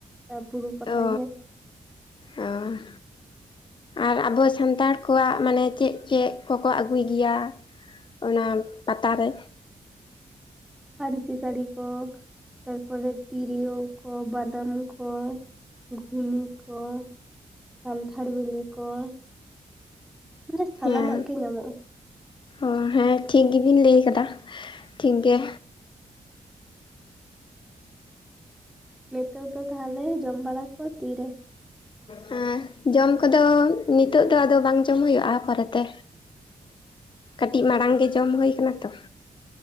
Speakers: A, in the centre; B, on the left.
A: ᱟ ᱵᱩᱨᱩ ᱯᱟᱛᱟ
B: ᱚ
A: ᱧᱮᱞ᱾
B: ᱚ᱾ ᱟᱨ ᱟᱸᱵᱚ ᱥᱟᱱᱛᱟᱲ ᱠᱚᱣᱟ-ᱜ ᱢᱟᱹᱱᱮ ᱪᱮᱫ ᱪᱮᱫ ᱠᱚᱠᱚᱸ ᱟᱹᱜᱩᱭ ᱜᱮᱭᱟ? ᱚᱱᱟ ᱯᱟᱛᱟᱨ ᱨᱮ᱾
A: ᱯᱟᱹᱧᱪᱤ ᱥᱟᱹᱲᱤ ᱠᱚ ᱛᱟᱨᱯᱚᱨᱮ ᱛᱤᱨᱭᱳ ᱠᱚ ᱵᱟᱱᱟᱢ ᱠᱚᱸ᱾ ᱜᱷᱩᱱᱤ ᱠᱚ ᱴ, ᱠᱟᱱᱴᱷᱟᱲ ᱵᱤᱞᱤ ᱠᱚᱸ᱾ ᱢᱟᱱᱮ ᱥᱟᱱᱟᱢᱟ-ᱜ
B: ᱦᱮᱸ
A: ᱜᱮ ᱧᱟᱢᱚᱜᱼᱟ᱾
B: ᱚ ᱦᱮᱸ ᱴᱷᱤᱠ ᱜᱮᱸᱵᱤᱱ ᱞᱟᱹᱭ ᱠᱟᱫᱟ ᱴᱷᱤᱠ ᱜᱮ᱾
A: ᱱᱤᱛᱚᱜ ᱫᱚ ᱛᱟᱦᱞᱮ ᱡᱚᱢ ᱵᱟᱲᱟ ᱠᱚ ᱛᱤᱹᱨᱮ?
B: ᱦᱮᱸ᱾ ᱡᱚᱢ ᱠᱚᱫᱚ ᱱᱤᱛᱚᱜ ᱫᱚ ᱟᱫᱚ ᱵᱟᱝ ᱡᱚᱢ ᱦᱩᱭᱩᱜ-ᱟ ᱯᱚᱨᱮᱛᱮ᱾
A: <inaudible>
B: ᱠᱟᱹᱴᱤᱡ ᱢᱟᱲᱟᱝ ᱜᱮ ᱡᱚᱢ ᱦᱩᱭ ᱠᱟᱱᱟ ᱛᱚ᱾